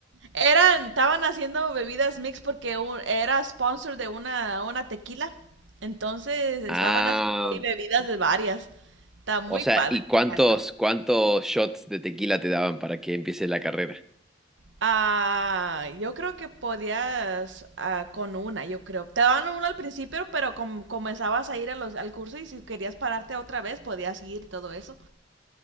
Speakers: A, on the right (about 75°); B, in the centre.
A: Eran, estaban haciendo bebidas mix porque un- era sponsor de una, una tequila. Entonces estaban
B: Ah,
A: haciendo ahí bebidas de varias. Está muy
B: o sea,
A: padre,
B: ¿y cuántos,
A: me encantó.
B: cuántos shots de tequila te daban para que empiece la carrera?
A: Ah, yo creo que podías ah, con una, yo creo. Te daban una al principio, pero com- comenzabas a ir a los, al curso y si querías pararte otra vez, podías ir y todo eso.